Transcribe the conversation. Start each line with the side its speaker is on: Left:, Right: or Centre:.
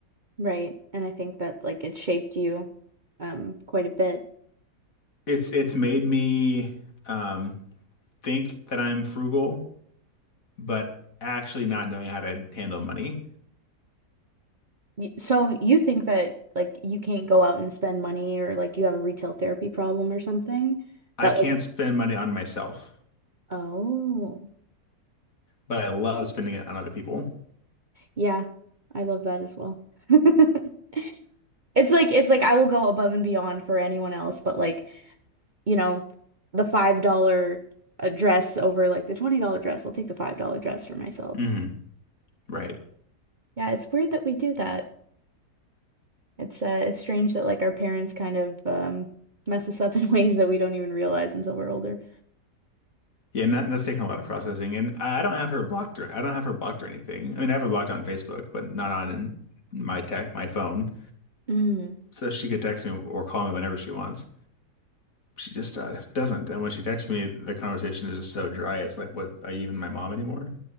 Right: right. And I think that like it shaped you um quite a bit.
Left: It's it's made me um, think that I'm frugal, but actually not knowing how to handle money.
Right: Y- So you think that like you can't go out and spend money or like you have a retail therapy problem or something?
Left: I
Right: That
Left: can't
Right: like
Left: spend money on myself,
Right: oh.
Left: but I love spending it on other people.
Right: Yeah. I love that as well. <laughs> It's like it's like I will go above and beyond for anyone else, but like, you know, the five dollar uh, dress over like the twenty dollar dress. I'll take the five dollar dress for myself.
Left: hmm Right.
Right: Yeah, it's weird that we do that. It's uh it's strange that like our parents kind of um mess us up in <laughs> ways that we don't even realize until we're older.
Left: Yeah, and that, that's taken a lot of processing, and I don't have her blocked or I don't have her blocked or anything. I mean, I have her blocked on Facebook, but not on my tech, my phone.
Right: Mm,
Left: so she could text me or call me whenever she wants. She just uh, doesn't. And when she texts me, the conversation is just so dry. It's like, what, are you even my mom anymore?